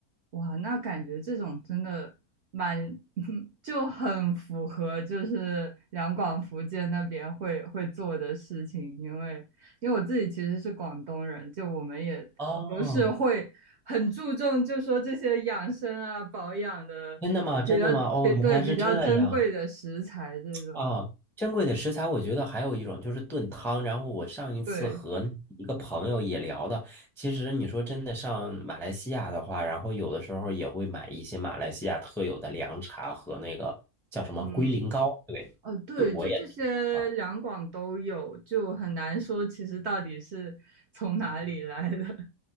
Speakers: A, on the right; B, in the centre.
A: 哇，那感觉这种真的蛮 <laughs>，就很符合就是两广福建那边会会做的事情，因为因为我自己其实是广东人，就我们也不是会很注重，
B: 哦，
A: 就说这些养生啊、保养的比较对对比较珍贵的食材这种，
B: 真的吗？真的吗？哦，原来是这样啊！珍贵的食材，我觉得还有一种就是炖汤。然后我上一次和那一个朋友也聊的，
A: 对，
B: 其实你说真的上马来西亚的话，然后有的时候也会买一些马来西亚特有的凉茶和那个叫什么龟苓膏。
A: 嗯。
B: 对，
A: 哦，对，
B: 对，我也听说过。
A: 就这些两广都有，就很难说其实到底是从哪里来的。